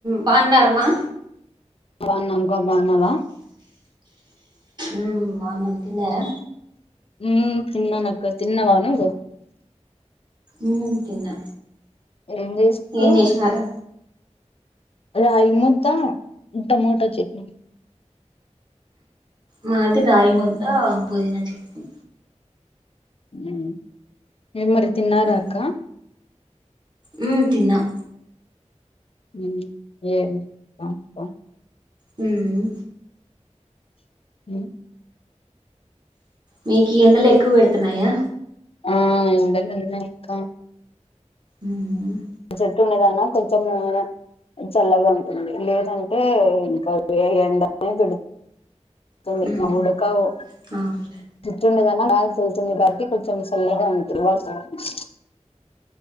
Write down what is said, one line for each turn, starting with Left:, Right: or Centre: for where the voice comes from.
Right: పాండారమా
Left: వన్ నంబర్ బాగున్నావా.
Right: ఉమ్ బాగున్నాం, తిన్నారా.
Left: ఉమ్ తిన్నానక్క తిన్నవా నువ్వు.
Right: ఉమ్ తిన్నా.
Left: ఏం చేసుకునం.
Right: ఏం చేసినారు
Left: రాయి ముద్దా, టమోట చట్నీ.
Right: మాది రాయి ముద్దా, పూదిన చట్నీ.
Left: ఊ ఏం మరి తిన్నారా
Right: ఉమ్
Left: అక్కా.
Right: ఉమ్ తిన్నాం.
Left: ఉమ్ ఏం <inaudible>
Right: హ్మ్మ్
Left: ఉ
Right: మీకీ ఎండల్ ఎక్కువ పెడుతున్నాయా.
Left: ఆ ఎండలు ఉన్నాయక్క.
Right: అవునా.
Left: చెట్టు ఉన్నతానా కొంచెమూ చల్లగ ఉంటుంది. లేదంటే, ఇంకా ఏ ఎండనే పెడు తుంది.
Right: ఉమ్
Left: ఉడకవో
Right: అవునులే
Left: చెట్టున్న తానా గాల్ తులుతుల్లు గాలికి కొంచం సల్లగా ఉంటుంది. <unintelligible>